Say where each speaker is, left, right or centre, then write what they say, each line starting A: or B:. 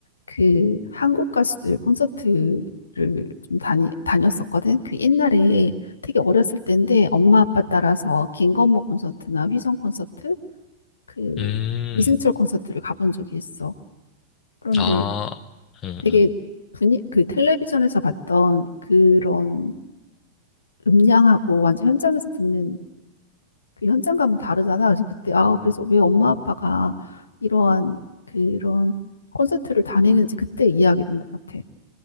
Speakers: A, on the left; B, on the left.
A: 그 한국 가수들 콘서트를 좀 다니 다녔었거든. 그 옛날에 되게 어렸을 때인데 엄마 아빠 따라서 김건모 콘서트나 휘성 콘서트, 그
B: 음,
A: 이승철 콘서트를 가본 적이 있어. 그런데
B: 아, 음,
A: 되게
B: 음,
A: 분위 그 텔레비전에서 봤던 그런 음량하고 완전 현장에서 듣는 그 현장감은 다르잖아. 그래서 그때 아 그래서 왜 엄마 아빠가 이러한 그런 콘서트를 다니는지 그때 이해하게 된 것 같아.